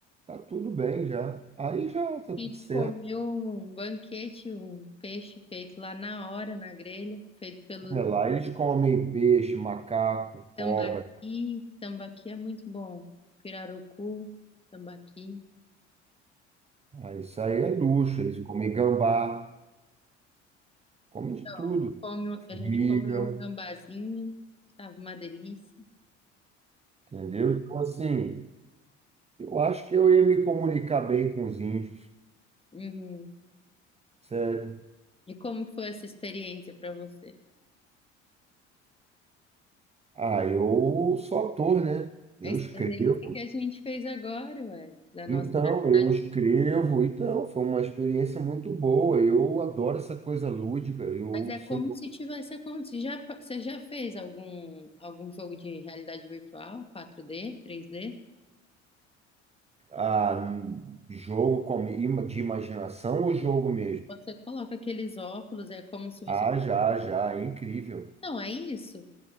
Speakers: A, on the right (about 20°); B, on the left (about 15°).
A: tá tudo bem já. Aí já tá
B: gente
A: tudo certo.
B: comeu um banquete, um peixe feito lá na hora, na grelha, feito pelos
A: É lá eles comem peixe, macaco,
B: tambaqui,
A: cobra.
B: tambaqui é muito bom, pirarucu, tambaqui.
A: Ah, isso aí é luxo, eles comem gambá. Come de
B: Então,
A: tudo,
B: come-
A: formiga,
B: a gente comeu um gambazinho, que tava uma delícia.
A: entendeu? Então, assim, eu acho que eu ia me comunicar bem com os índios,
B: Uhum.
A: sério.
B: E como que foi essa experiência para você?
A: Ah, eu sou ator, né? Eu
B: A experiência
A: escrevo.
B: que a gente fez agora, ué, da nossa
A: Então, eu
B: realidade.
A: escrevo. Então, foi uma experiência muito boa. Eu adoro essa coisa lúdica. Eu
B: Mas é como
A: sou
B: se tivesse acontecido. Já, pa- você já fez algum, algum jogo de realidade virtual, quatro d três d
A: ah, jogo com, ima- de imaginação ou jogo mesmo?
B: Você coloca aqueles óculos, é como se você.
A: Ah, já, já. Incrível.
B: Não, é isso,